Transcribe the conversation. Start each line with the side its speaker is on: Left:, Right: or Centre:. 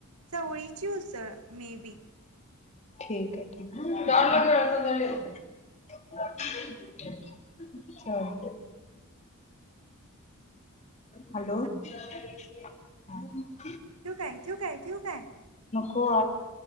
Right: चवळीची उसळ. मे बी
Left: ठीकय, ठीकय. <unintelligible> चालतय
Right: हा
Left: हॅलो <unintelligible>
Right: ठेउ काय ठेउ काय ठेउ काय.
Left: हो